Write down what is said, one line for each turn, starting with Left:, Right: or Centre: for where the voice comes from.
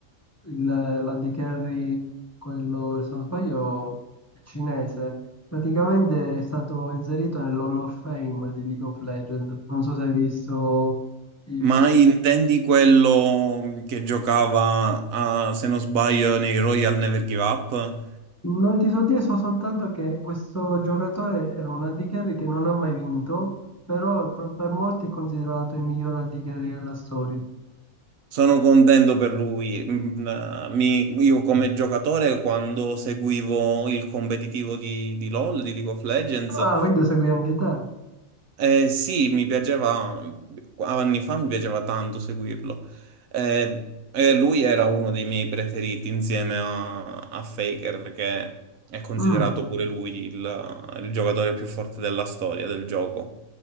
Left: il- l'Andy Carry, quello, se non sbaglio, è cinese, praticamente è stato inserito nell'Hall of Fame di League of Legends. Non so se hai visto i-
Right: ma intendi quello mhmm, che giocava, a- se non sbaglio, nei Royal Never Give Up?
Left: Non ti so dire, so soltanto che questo giocatore era un Andy Carry che non ha mai vinto, però per per molti è considerato il miglior Andy Carry della storia.
Right: Sono contento per lui. Mm, eh, mi- io come giocatore, quando seguivo il competitivo di, di LoL, di League of Legends,
Left: Ah, quindi lo segui anche te.
Right: Eh, sì, mi piaceva, anni fa mi piaceva tanto seguirlo. Eh, eh, lui era uno dei miei preferiti insieme a, a Faker, che è considerato
Left: Mm,
Right: pure lui il, il giocatore più forte della storia del gioco.